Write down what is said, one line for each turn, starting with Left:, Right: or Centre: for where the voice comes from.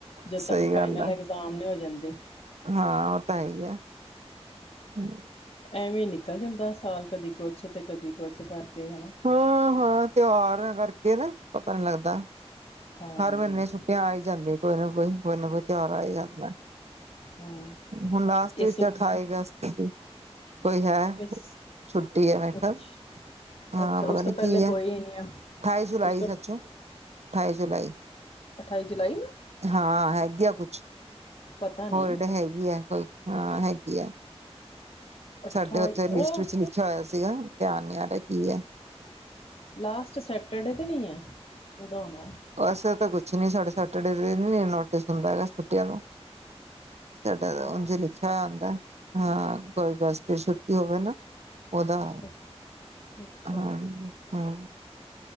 Left: ਜਦੋਂ
Right: ਸਹੀ
Left: ਤੱਕ ਫਾਈਨਲ
Right: ਗੱਲ ਹੈ
Left: ਐਗਜਾਮ। ਸਾਮਣੇ ਹੋ ਜਾਂਦੇ।
Right: ਹਾਂ ਓ ਤਾਂ ਹੈ ਈ ਐ, ਹੂੰ।
Left: ਐਵੇਂ ਨਿਕਲ ਜਾਂਦਾ ਸਾਲ ਕਦੀ ਕੁਛ ਤੇ ਕਦੀ ਕੁਛ ਕਰਕੇ ਹਨਾ,
Right: ਹਾਂ - ਹਾਂ ਤਿਹਾਰਾ ਕਰਕੇ ਨਾ ਪਤਾ ਨੀ ਲੱਗਦਾ।
Left: ਹਾਂ,
Right: ਹਰ ਮੀਨੇ ਛੁੱਟੀਆਂ ਆ ਈ ਜਾਂਦੀਆਂ ਨੇ ਕੋਈ ਨਾ ਕੋਈ -ਕੋਈ ਨਾ ਕੋਈ ਤਿਹਾਰ ਆ ਈ ਜਾਂਦਾ।
Left: ਹਾਂ
Right: ਹੁਣ ਲਾਸਟ ਵਿੱਚ
Left: ਇਸ
Right: ਅਠਾਈ ਅਗਸਤ ਦੀ ਕੋਈ ਹੈ,
Left: ਇਸ
Right: ਛੁੱਟੀ ਹੈ
Left: ਅੱਛ
Right: ਕੱਲ? ਹਾਂ
Left: ਅੱਛਾ ਉਸ
Right: ਪਤਾ
Left: ਤੋਂ
Right: ਨੀ
Left: ਪਹਿਲੇ
Right: ਕੀ ਐ,
Left: ਕੋਈ
Right: ਅਠਾਈ
Left: ਹੀ ਨਹੀਂ ਆ
Right: ਜੁਲਾਈ
Left: ਉਸ ਤੋਂ
Right: ਸੱਚ -ਅਠਾਈ ਜੁਲਾਈ।
Left: ਅਠਾਈ ਜੁਲਾਈ ਨੂੰ?
Right: ਹਾਂ ਹੈਗੀ ਆ ਕੁਛ,
Left: ਪਤਾ ਨਹੀਂ
Right: ਹੋਲਡ ਹੈਗੀ ਆ, ਕੋਈ ਹਾਂ ਹੈਗੀ ਆ।
Left: ਅਠਾਈ
Right: ਸਾਡੇ ਓੱਥੇ ਲਿਸਟ
Left: ਉਹ
Right: ਵਿੱਚ ਲਿਖਿਆ ਹੋਇਆ ਸੀਗਾ, ਧਿਆਨ ਨੀ ਆ ਰੇਆ ਕੀ ਐ
Left: ਲਾਸਟ ਸੈਟਰਡੇ ਤੇ ਨਈ ਐ, ਓਦਾ ਹੋਣਾ
Right: ਐਸ ਵਾਰ ਤਾਂ ਕੁੱਛ ਨੀ ਸਾਡੇ ਸੈਟਰਡੇ ਦੇ ਨਈ ਨੋਟਿਸ ਹੁੰਦਾ ਹੈਗਾ ਛੁੱਟੀਆਂ ਦਾ। ਸਾਡਾ ਓਂਝ
Left: ਅੱਛਾ
Right: ਈ ਲਿਖਿਆ ਹੋਏਆ ਆਂਦਾ, ਹਾਂ ਕੋਈ ਗਸਟਰ ਛੁੱਟੀ ਹੋਵੇ ਨਾ ਓਦਾ,
Left: ਅੱਛਾ
Right: ਹਾਂਜੀ ਹਾਂ।